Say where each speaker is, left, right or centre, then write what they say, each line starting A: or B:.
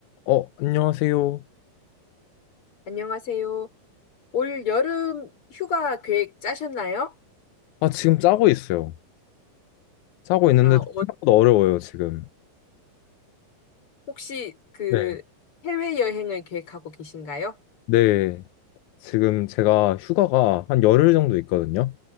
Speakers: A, on the left (about 80°); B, on the left (about 40°).
A: 어, 안녕하세요.
B: 안녕하세요. 올 여름 휴가 계획 짜셨나요?
A: 아, 지금 짜고 있어요. 짜고 있는데
B: 아,
A: 좀
B: 어,
A: 생각보다 어려워요, 지금.
B: 혹시 그
A: 네.
B: 해외여행을 계획하고 계신가요?
A: 네. 지금 제가 휴가가 한 열흘 정도 있거든요.